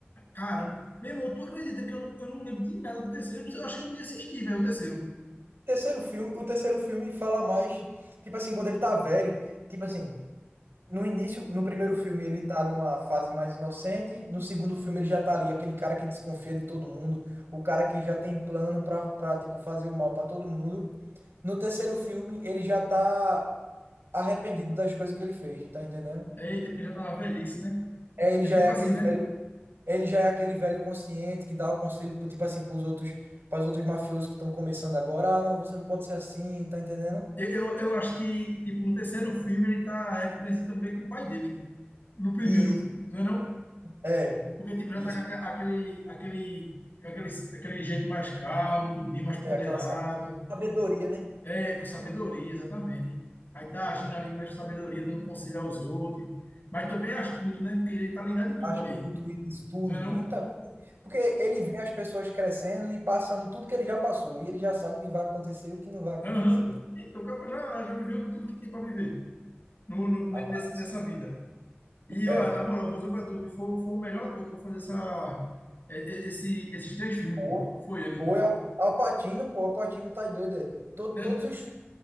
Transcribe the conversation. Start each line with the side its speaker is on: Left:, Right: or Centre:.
Left: Caramba. Meu irmão, tu acredita que eu não, eu não lembro de nada do terceiro? Eu, não sei, eu acho que eu nem assisti, velho, o terceiro.
Right: Terceiro filme, o terceiro filme fala mais, tipo assim, quando ele tá velho, tipo assim, No início, no primeiro filme, ele tá numa fase mais inocente. No segundo filme, ele já tá ali, aquele cara que desconfia de todo mundo, o cara que já tem plano pra, pra tipo, fazer o mal pra todo mundo. No terceiro filme, ele já tá arrependido das coisas que ele fez, tá entendendo?
Left: Eita, porque já tá na velhice, né?
Right: É, ele
Left: É
Right: já
Left: tipo
Right: é aquele
Left: assim, né?
Right: velho, ele já é aquele velho consciente que dá o conselho, pro- tipo assim, pros outros, pros outros mafiosos que estão começando agora. Ah, não, você não pode ser assim, tá entendendo?
Left: Eu, eu, eu acho que, tipo, no terceiro filme ele tá representando meio que o pai dele. No primeiro,
Right: Isso,
Left: não é não?
Right: é,
Left: Porque, tipo, já
Right: isso.
Left: tá com aque- aquele, aquele, aquele, aquele jeito mais calmo, tudinho, mais ponderado.
Right: É aquela sa- sabedoria, né?
Left: É, com sabedoria, exatamente. Aí tá agindo ali mais com sabedoria, dando conselho aos outros. Mas também é astuto, né? Porque ele tá ligado em tudo
Right: Astuto,
Left: ali,
Right: isso tudo.
Left: não é não?
Right: Então. Porque ele vê as pessoas crescendo e passando tudo que ele já passou. E ele já sabe o que vai acontecer e o que não vai acontecer.
Left: Aham.
Right: tá?
Left: Então, o cara já, já viveu tudo que tinha para viver no, no- ne-
Right: Aparece.
Left: nesse- nessa vida. E,
Right: É.
Left: olha, na moral, o Volta com a foi, foi o melhor ator para fazer essa, e- e- esse, esses três filmes,
Right: Ou,
Left: pô. Foi ele.
Right: ou é Al Pacino, pô, Al Pacino tá doido. é. Todo,
Left: Né,
Right: todos
Left: não?
Right: os, fi-